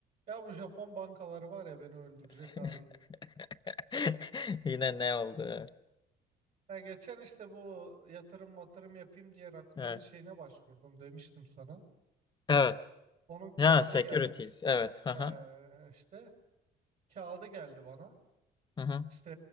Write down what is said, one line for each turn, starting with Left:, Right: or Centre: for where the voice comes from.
Right: Ya bu Japon bankaları var ya beni öldürecek
Left: <laughs>
Right: abi.
Left: Yine ne oldu? Evet.
Right: Ya geçen işte bu yatırım matırım yapayım diye Rakuten'in
Left: Evet.
Right: şeyine başvurdum demiştim sana.
Left: Evet.
Right: Onun kağıdı
Left: Ya securities.
Right: gel
Left: Evet. Aha.
Right: eee, işte kağıdı geldi bana.
Left: Hı hı.
Right: İşte